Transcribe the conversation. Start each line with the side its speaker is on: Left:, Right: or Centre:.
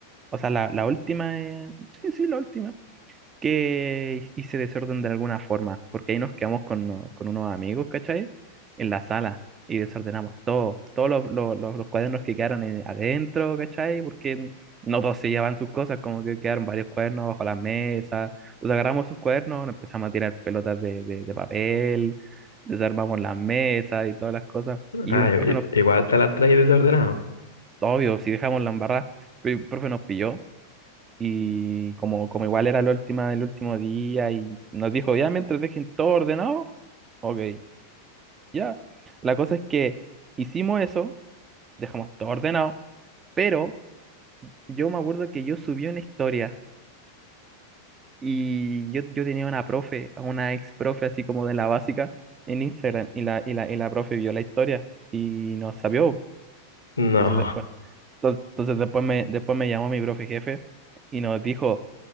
Right: o sea, la, la última, eh, sí, sí, la última que hice desorden de alguna forma, porque ahí nos quedamos con, uno- con unos amigos, ¿cachai? En la sala y desordenamos todo, todos los, los- los- los cuadernos que quedaron en- adentro, ¿cachai? Porque no todos se llevan sus cosas, como que quedaron varios cuadernos bajo la mesa. Entonces agarramos sus cuadernos, nos empezamos a tirar pelotas de, de- de papel, desarmamos las mesas y todas las cosas. Y
Left: Ah,
Right: un
Left: i-
Right: profe
Left: i-
Right: nos,
Left: igual te las traes desordenado.
Right: obvio, si dejamos la embarrada, pero un profe nos pilló y como, como igual era la última, el último día y nos dijo, ya, mientras dejen todo ordenado, ok, ya. La cosa es que hicimos eso, dejamos todo ordenado, pero yo me acuerdo que yo subí una historia y yo, yo tenía una profe, a una ex profe así como de la básica en Instagram y la, y la, y la profe vio la historia y nos sabió.
Left: No,
Right: Entonces después, entonces entonces después me, después me llamó mi profe jefe y nos dijo...